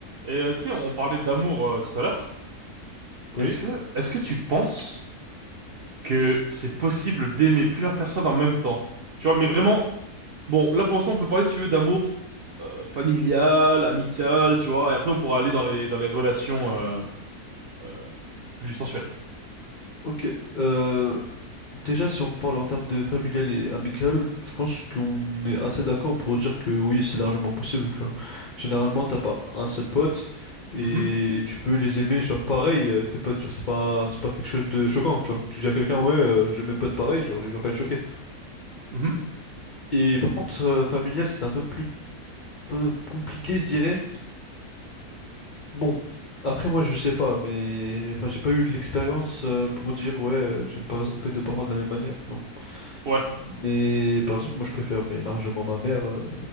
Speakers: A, on the right; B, on the left.
A: Et euh, tu sais, on parlait d'amour euh, tout à l'heure.
B: Oui,
A: Est-ce que, est-ce que tu penses que c'est possible d'aimer plusieurs personnes en même temps? Tu vois, mais vraiment, bon, là pour l'instant, on peut parler, si tu veux, d'amour euh, familial, amical, tu vois, et après, on pourra aller dans les, dans les relations euh, euh, plus sensuelles.
B: ok. Euh, déjà, si on parle en termes de familial et amical, je pense qu'on est assez d'accord pour dire que oui, c'est largement possible, tu vois. Généralement, t'as pas un seul pote et
A: Mhm,
B: tu peux les aimer, genre pareil, euh, tes potes, genre c'est pas, c'est pas quelque chose de choquant, tu vois. Tu dis à quelqu'un, ouais, euh, j'aime mes potes pareil, genre il va pas être choqué.
A: mhm.
B: Et par contre, euh, familial, c'est un peu plus peu compliqué, je dirais. Bon. Après moi je sais pas mais enfin j'ai pas eu l'expérience euh, pour dire ouais euh, j'aime par exemple mes deux parents de la même manière non
A: Ouais,
B: Mais par exemple, moi je préfère mais largement ma mère euh,